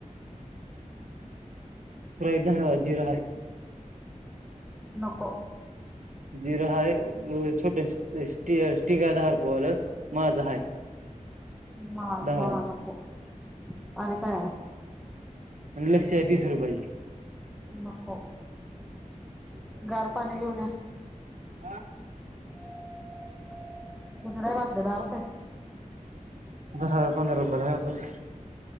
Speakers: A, on the right; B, in the centre.
A: जिरे आहे.
B: नको.
A: जिरा आहे, छोटेसे स्टी गाय दहा रुपयाचे. बोल, माझा हाय
B: माझा
A: दहावाला.
B: नको आणि काय आहे?
A: लस्सी आहे तीस रुपयाचे.
B: नको. गार पाणी घेऊन या!
A: आ!
B: <unintelligible>
A: दहा पंधरा रुपायला आहे वाटत.